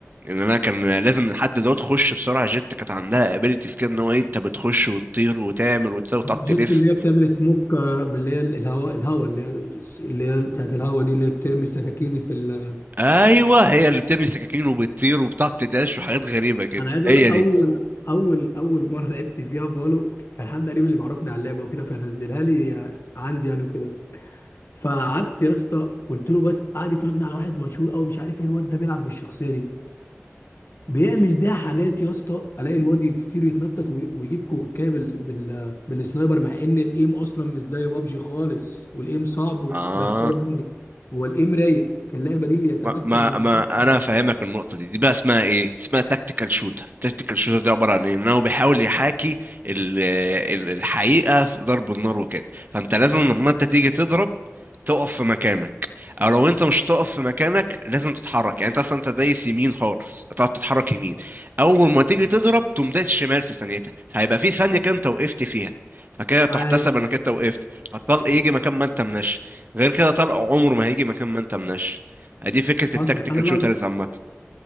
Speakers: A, on the right; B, on the left.
A: ان انا كان لازم لحد دوت تخش بسرعه جت كانت عندها ابيلتيز كده ان هو إيه، انت بتخش وتطير وتعمل وتساوي وتقعد
B: جيت
A: تلف
B: اللي هي بتعمل سموك آه، من اللي هي الهواء الهواء اللي هي اللي هي بتاعت الهواء دي اللي هي بترمي السكاكين في ال...
A: ايوه هي اللي بترمي سكاكين وبتطير وبتقعد تداش وحاجات غريبه كده
B: انا عايز
A: هي
B: اقول لك
A: دي
B: اول اول اول مره لعبت فيها فولو كان حد قريب اللي معرفني على اللعبه وكده فنزلها لي عندي يعني وكده فقعدت يا اسطى قلت له بس قعد يفرجني على واحد مشهور قوي مش عارف ايه الواد ده بيلعب بالشخصيه دي بيعمل بيها حاجات يا اسطى الاقي الواد يطير يتنطط وي- ويجيب كوكايه بال... بال... بالسنايبر مع ان الايم اصلا مش زي بابجي خالص والايم صعب وك...
A: اه
B: بس هو رايق. هو الايم رايق في اللعبه دي اللي يتمكن
A: ما ما,
B: من
A: ما
B: الإيم
A: انا فاهمك النقطه دي دي بقى اسمها ايه اسمها تكتيكال شوتر تكتيكال شوتر دي عباره عن ايه ان هو بيحاول يحاكي ال- ال- الحقيقه في ضرب النار وكده فانت لازم
B: حصل
A: لما انت تيجي تضرب تقف في مكانك او لو انت مش تقف في مكانك لازم تتحرك يعني انت اصلا انت دايس يمين خالص تقعد تتحرك يمين اول ما تيجي تضرب تقوم دايس شمال في ثانيتها فهيبقى في ثانيه كده انت وقفت فيها فكده تحتسب
B: أيوة،
A: انك انت وقفت فالطلق يجي مكان ما انت مناش غير كده طلق عمره ما هيجي مكان ما انت مناش دي فكرة التكتيكال
B: حصل انا بقى
A: شوترز
B: ده-
A: عامة